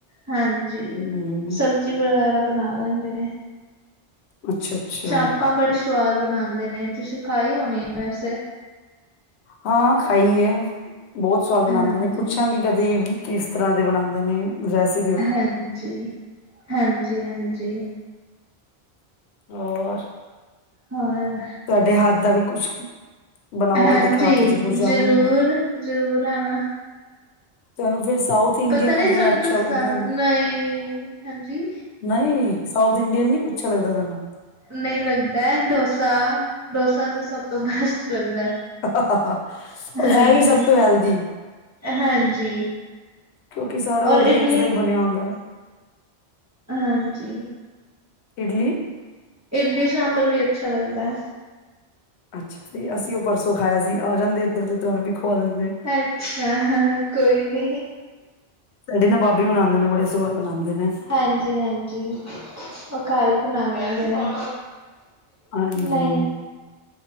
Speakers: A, on the right; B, on the left.
A: ਹਾਂਜੀ
B: ਹਮ
A: ਸਬਜ਼ ਜੀ ਵਗੈਰਾ ਬਣਾ ਲੈਂਦੇ ਨੇ।
B: ਅੱਛਾ ਅੱਛਾ
A: ਚਾਪਾਂ ਬੜੀ ਸਵਾਦ ਬਣਾਉਦੇ ਨੇ, ਤੁਸੀਂ ਖਾਈ ਹੋਣੀ ਵੈਸੇ?
B: ਹਾਂ ਖਾਈ ਹੈ, ਬਹੁਤ ਸਵਾਦ ਬਣਾਉਂਦੇ
A: ਹਾਂਜੀ
B: ਨੇ ਪੁੱਛਾਂਗੇ ਕਦੇ ਕਿਸ ਤਰ੍ਹਾਂ ਦੇ ਬਣਾਉਂਦੇ ਨੇ ਰੈਸ-
A: ਹਾਂਜੀ ਹਾਂਜੀ ਹਾਂਜੀ।
B: ਹੋਰ?
A: ਹੋਰ
B: ਤੁਹਾਡੇ ਹੱਥ ਦਾ ਵੀ ਕੁਛ ਬਣਾਓ
A: ਹਾਂਜੀ
B: ਕੇ ਦਿਖਾ ਕੇ ਜ਼ਰੂਰ ਜਾਵਾਂਗੇ
A: ਜ਼ਰੂਰ-ਜ਼ਰੂਰ ਆਣਾ।
B: ਤੁਹਾਨੂੰ ਫਿਰ ਸਾਊਥ ਇੰਡੀਅਨ
A: ਪਤਾ ਨਹੀਂ
B: ਵਗੈਰਾ
A: ਤੁਹਾਨੂੰ
B: ਅੱਛਾ
A: ਪਸੰਦ
B: ਲੱਗਦਾ ਹੈ?
A: ਨਈ, ਹਾਂਜੀ
B: ਨਹੀਂ ਸਾਊਥ ਇੰਡੀਅਨ ਨਹੀ ਅੱਛਾ ਲੱਗਦਾ ਤੁਹਾਨੂੰ?
A: ਨਹੀਂ ਲੱਗਦਾ ਡੋਸਾ, ਡੋਸਾ ਤਾਂ ਸਭ ਤੋਂ ਬੈਸਟ ਲੱਗਦਾ ਐ।
B: ਹ ਹ ਹਾਂ ਔਰ
A: ਹਾਂਜੀ,
B: ਹੈ ਵੀ ਸਭ ਤੋਂ ਹੈਲਦੀ
A: ਹਾਂਜੀ
B: ਕਿਉਂਕਿ ਸਾਰਾ
A: ਔਰ
B: ਉਹ
A: ਇਡਲੀ
B: ਗ੍ਰੇਨਸ ਦਾ ਹੀ ਬਣਿਆ ਹੁੰਦਾ।
A: ਹਾਂਜੀ।
B: ਇਡਲੀ
A: ਇਡਲੀ ਸਾਂਬਰ ਵੀ ਅੱਛਾ ਲੱਗਦਾ।
B: ਅੱਛਾ ਜੀ, ਅਸੀਂ ਉਹ ਪਰਸੋਂ ਖਾਇਆ ਸੀ ਆ ਜਾਂਦੇ ਇੱਧਰ ਤੇ ਤੁਹਾਨੂੰ ਵੀ ਖੁਵਾ ਦਿੰਦੇ।
A: ਅੱਛਾ ਹਾਂ ਕੋਈ ਨੀ
B: ਸਾਡੇ ਨਾ ਬਾਬੀ ਬਣਾਉਂਦੇ ਨਾ ਬੜਾ ਸਵਾਦ ਬਣਾਉਂਦੇ ਨੇ।
A: ਹਾਂਜੀ-ਹਾਂਜੀ, ਉਹ ਘਰ ਹੀ ਬਣਾ ਲੈਂਦੇ ਨੇ।
B: ਹਾਂਜੀ
A: ਨਹੀਂ